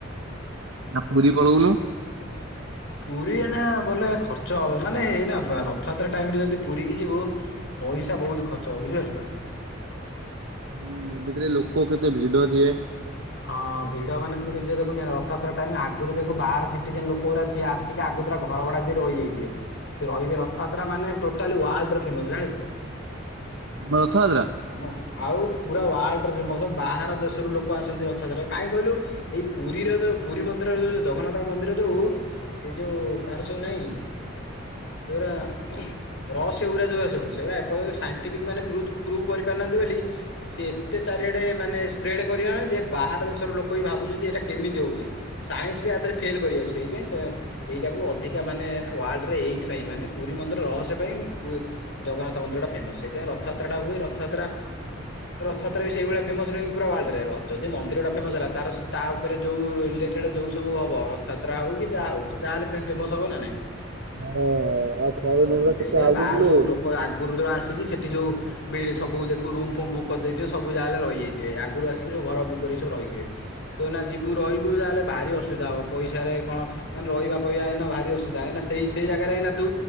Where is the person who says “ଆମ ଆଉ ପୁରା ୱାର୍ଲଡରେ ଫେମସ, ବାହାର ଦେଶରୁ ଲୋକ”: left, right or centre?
Left